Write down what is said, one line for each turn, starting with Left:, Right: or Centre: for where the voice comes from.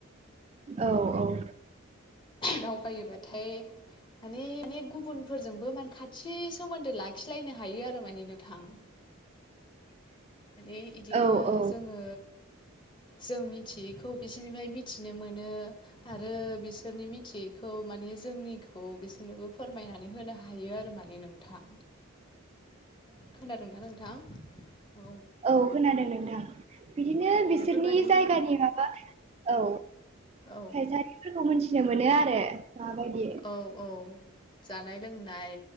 Right: औ औ
Left: दाव बायोबाथाय माने माने गुबुनफोरजोंबो माने खाथि सोमोन्दो लाखिलायनो हायो आरो माने नोंथां
Right: <inaudible>
Left: माने इदिनो
Right: औ
Left: जोङो जों मिथियैखौ बिसोरनिफ्राय मिथिनो मोनो। आरो बिसोरनि मिथियैखौ माने जोंनिखौ बिसोरनोबो फोरमायनानै होनो। हायो आरो माने नोंथां
Right: <inaudible>
Left: खोनादोंना नोंथां। औ
Right: औ खोनादों नोंथां बिदिनो बिसोरनि
Left: बेफोरबादिनो
Right: जायगानि माबा औ
Left: औ
Right: थायसारिफोरखौ मिथिनो मोनो आरो। माबायदि
Left: औ औ जानाय लोंनाय